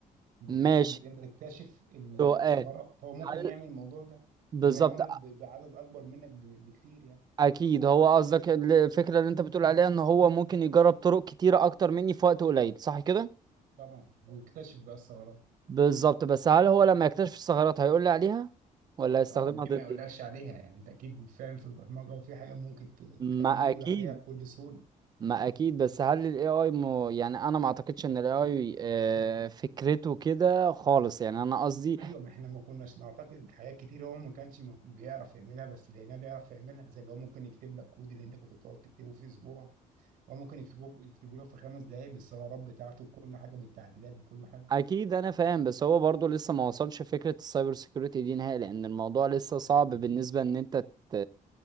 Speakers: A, on the right (about 80°); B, on the right (about 30°).
A: بحيث
B: ماشي
A: ان انت تكتشف ال-
B: سؤال
A: الثغرات هو ممكن
B: هل
A: يعمل الموضوع ده
B: بالظبط
A: ويعملها ب- بعدد اكبر منك ب- بكتير يعني
B: اكيد هو قصدك ال- الفكره اللي انت بتقول عليها ان هو ممكن يجرب طرق كتيره اكتر مني في وقت قليل صح كده
A: طبعا ويكتشف بقى الثغرات
B: بالظبط بس هل هو لما يكتشف الثغرات هيقول لي عليها ولا هيستخدمها
A: اه ليه
B: ضدي
A: ما يقولكش عليها يعني انت اكيد فاهم في البرمجه وفي حاجه ممكن ت- تخليه
B: ما
A: يقول
B: اكيد
A: عليها بكل سهوله
B: ما اكيد بس هل الاي اي م... يعني انا ما اعتقدش ان الاي اي فكرته كده خالص يعني انا قصدي
A: ايوه ما احنا ما كناش نعتقد حاجات كتير هو ما كانش م- بيعرف يعملها بس لقيناه بيعرف يعملها زي اللي هو ممكن يكتب لك كود اللي انت كنت بتقعد تكتبه في اسبوع هو ممكن يكتبه يكتبه لك في خمس دقائق بالثغرات بتاعته بكل حاجه بالتعديلات بكل حاجه
B: اكيد انا فاهم بس هو برضه لسه ما وصلش فكره السايبر سيكيورتي دي نهائي لان الموضوع لسه صعب بالنسبه ان انت ت...